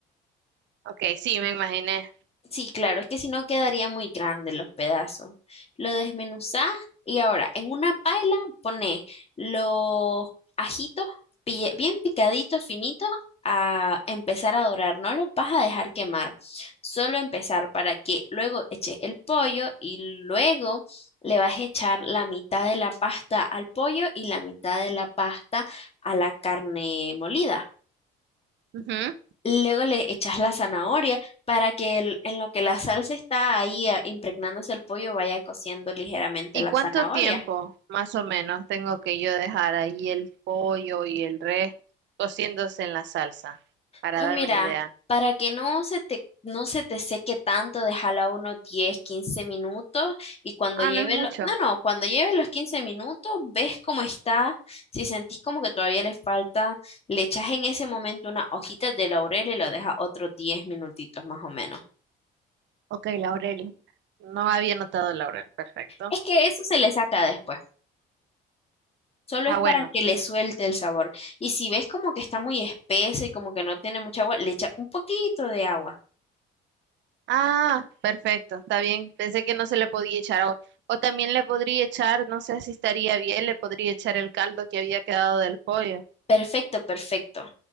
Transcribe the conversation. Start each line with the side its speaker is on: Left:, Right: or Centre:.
Right: Ok, sí, me imaginé.
Left: Sí, claro, es que si no quedaría muy grande los pedazos. Lo desmenuzás y ahora en una paila pones los ajitos pi- bien picaditos, finitos, a empezar a dorar. No los vas a dejar quemar, solo empezar para que luego eches el pollo y luego le vas a echar la mitad de la pasta al pollo y la mitad de la pasta a la carne molida.
Right: Ujú.
Left: Luego le echas la zanahoria para que el- en lo que la salsa está ahí ah, impregnándose el pollo vaya cociendo ligeramente
Right: ¿Y
Left: la
Right: cuánto
Left: zanahoria.
Right: tiempo más o menos tengo que yo dejar ahí el pollo y el res cociéndose en la salsa? Para
Left: Pues
Right: darme
Left: mira,
Right: una idea.
Left: para que no se te, no se te seque tanto, déjala unos 10 15 minutos y cuando
Right: Ah,
Left: lleve
Right: no es mucho.
Left: lo- no, no, cuando lleve los 15 minutos, ves cómo está. Si sentís como que todavía le falta, le echas en ese momento unas hojitas de laurel y lo dejas otros 10 minutitos más o menos.
Right: Ok, Laurel. No había notado el laurel. Perfecto.
Left: Es que eso se le saca después. Solo
Right: Ah,
Left: es para
Right: bueno.
Left: que le suelte el sabor. Y si ves como que está muy espesa y como que no tiene mucha agua, le echa un poquito de agua.
Right: Ah, perfecto. Está bien. Pensé que no se le podía echar. O, o también le podría echar, no sé si estaría bien, le podría echar el caldo que había quedado del pollo.
Left: Perfecto, perfecto.